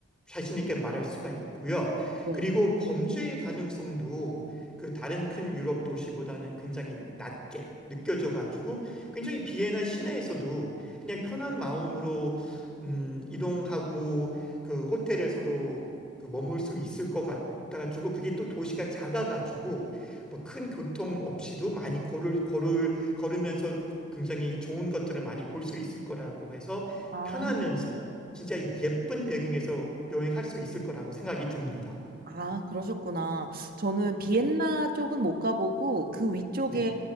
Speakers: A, in the centre; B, on the right.
A: 자신 있게 말할 수가 있고요.
B: 네.
A: 그리고 범죄의 가능성도 그 다른 큰 유럽 도시보다는 굉장히 낮게 느껴져 가지고 굉장히 비엔나 시내에서도 그냥 편한 마음으로 음, 이동하고 그 호텔에서도 그 머물 수 있을 것 같아가지고 그게 또 도시가 작아가지고 뭐 큰 교통 없이도 많이 걸을 걸을 걸으면서 굉장히 좋은 것들을 많이 볼 수 있을 거라고 해서
B: 아,
A: 편하면서 진짜 예쁜 배경에서 여행할 수 있을 거라고 생각이 듭니다.
B: 아, 그러셨구나. 저는 네. 비엔나
A: 네.
B: 쪽은 못 가보고 그 위쪽에
A: 네.